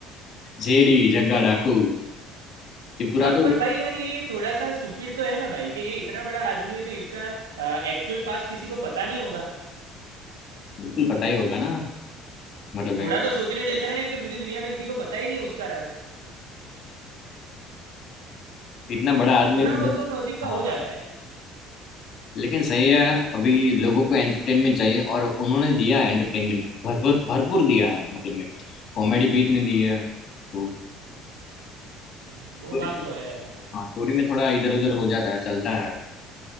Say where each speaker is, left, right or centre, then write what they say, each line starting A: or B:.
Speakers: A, on the left; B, on the right.
A: जेडी जग्गा डाकू ये पूरा
B: हाँ
A: तो
B: पर भाई यार ये थोड़ा सा स्टूपिड तो है ना भाई कि ये इतना बड़ा आदमी है तो इसका एक्चुअल पास्ट किसी को पता नहीं होगा
A: बिल्कुल पता ही होगा ना मतलब ये
B: थोड़ा तो सोचने जैसा है ना कि पूरी दुनिया में किसी को पता ही नहीं है उसका राज
A: इतना बड़ा आदमी
B: थोड़ा बहुत तो लॉजिक का
A: हाँ
B: हो जाता है
A: लेकिन सही है अभी लोगों को एंटरटेनमेंट चाहिए और उन्होंने दिया है एंटरटेनमेंट भरपूर भरपूर दिया है मतलब में कॉमेडी भी इतने दी है तो
B: हम्म,
A: स्टोरी
B: वो बात
A: में
B: तो है भाई
A: हाँ स्टोरी में थोड़ा इधर उधर हो जाता है चलता है